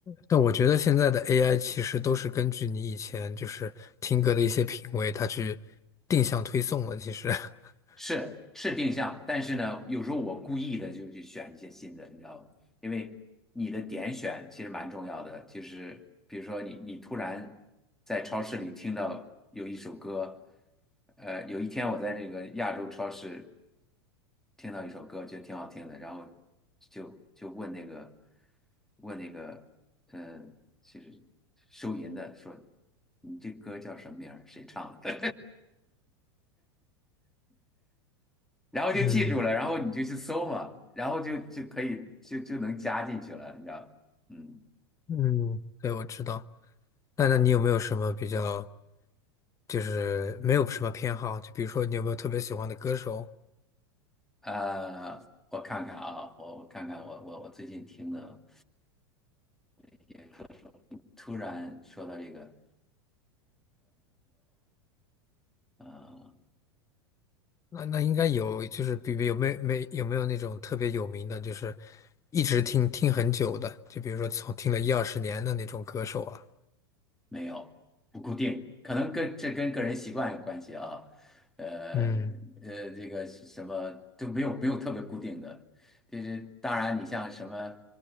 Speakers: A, on the left; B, in the centre.
A: 但我觉得现在的 AI 其实都是根据你以前就是听歌的一些品味，它去定向推送了。其实，<laughs>
B: 是是定向，但是呢，有时候我故意的就去选一些新的，你知道吗？因为你的点选其实蛮重要的。就是比如说你你突然在超市里听到有一首歌，呃，有一天我在那个亚洲超市听到一首歌，觉得挺好听的，然后就就问那个问那个，嗯、呃就是收银的说，你这歌叫什么名儿？谁唱的？然后就记住了，
A: 嗯
B: 然后你就去搜嘛，然后就就可以就就能加进去了，你知道？嗯，
A: 嗯，对，我知道。那那你有没有什么比较，就是没有什么偏好？就比如说你有没有特别喜欢的歌手？
B: 呃，我看看啊，我我看看我我我最近听的一些课，突然说到这个，呃。
A: 那那应该有，就是比比有没有没有没有那种特别有名的，就是一直听听很久的，就比如说从听了一二十年的那种歌手啊。
B: 没有，不固定，可能跟这跟个人习惯有关系啊。呃
A: 嗯，
B: 呃，这个是什么都没有没有特别固定的，就是当然你像什么